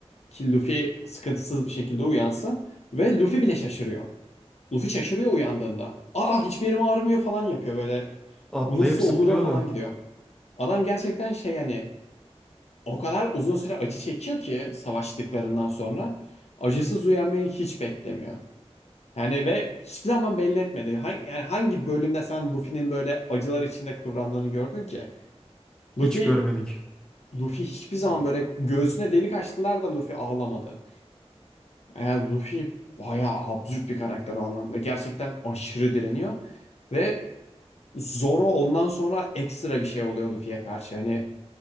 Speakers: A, on the left; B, in the centre.
A: ki Luffy sıkıntısız bir şekilde uyansın. Ve Luffy bile şaşırıyor. Luffy şaşırıyor uyandığında. Aa hiçbir yerim ağrımıyor falan yapıyor böyle.
B: atlayıp
A: Bu nasıl
B: zıplıyordu.
A: olur'a falan gidiyor. Adam gerçekten şey hani o kadar uzun süre acı çekiyor ki savaştıklarından sonra acısız uyanmayı hiç beklemiyor. Yani ve hiçbir zaman belli etmedi. Ha- Yani hangi bölümde sen Luffy'nin böyle acılar içinde kıvrandığını gördün ki?
B: Hiç
A: Luffy
B: görmedik.
A: Luffy hiçbir zaman böyle göğsüne delik açtılar da Luffy ağlamadı. Yani Luffy bayağı absürt bir karakter o anlamda. Gerçekten aşırı direniyor. Ve Zoro ondan sonra ekstra bir şey oluyor Luffy'ye karşı. Hani